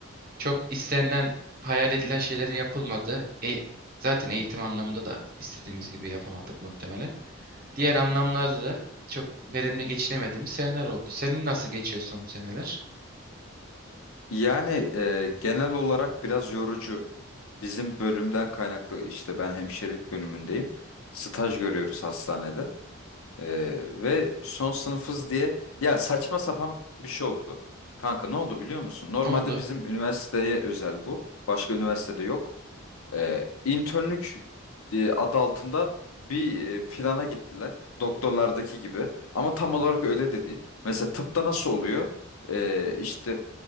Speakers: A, on the right; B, on the left.
A: Çok istenilen, hayal edilen şeylerin yapılmadığı, e, zaten eğitim anlamında da istediğimiz gibi yapamadık muhtemelen. Diğer anlamlarda da çok verimli geçinemediğimiz seneler oldu. Senin nasıl geçiyor son seneler?
B: Yani e, genel olarak biraz yorucu. Bizim bölümden kaynaklı işte ben hemşirelik bölümündeyim. Staj görüyoruz hastanede. E, ve son sınıfız diye ya saçma sapan bir şey oldu. Kanka ne oldu biliyor musun? Normalde
A: Ne oldu?
B: bizim üniversiteye özel bu. Başka üniversitede yok e, internlük e, adı altında bir e, plana gittiler. Doktorlardaki gibi. Ama tam olarak öyle de değil. Mesela tıpta nasıl oluyor? E, işte